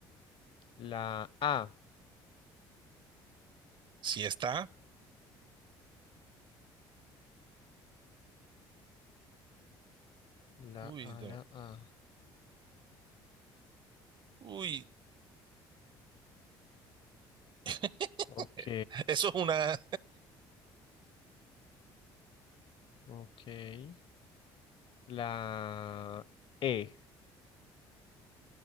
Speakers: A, on the left; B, on the right.
A: La A.
B: sí está.
A: La
B: Uy,
A: A,
B: no.
A: la A.
B: Uy, <laughs>
A: Ok,
B: eso es una,
A: ok. La E.